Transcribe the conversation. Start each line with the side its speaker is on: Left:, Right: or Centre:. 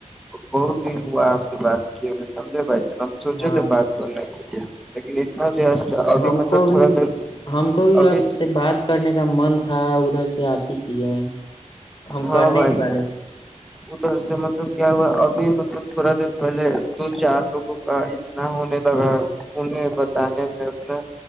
Centre: بہت دن ہوا آپ سے بات کیے ہو سمجھے بھائی جان ہم سوچے
Left: ہاں
Centre: تھے بات کرنے کیے لیکن اتنا وست ہے ابھی
Left: ہم
Centre: مطلب
Left: کو بھی
Centre: تھوڑا دیر
Left: ہم کو بھی
Centre: ابھی
Left: آپ سے بات کرنے کا من تھا ادھر سے آپ ہی کیے ہم
Centre: ہاں
Left: کرنے
Centre: بھائی
Left: ہی والے تھے
Centre: ادھر سے مطلب کیا ہوا ابھی مطلب تھوڑا دیر پہلے دو چار لوگوں کا اتنا ہونے لگا انہیں بتانے میں انا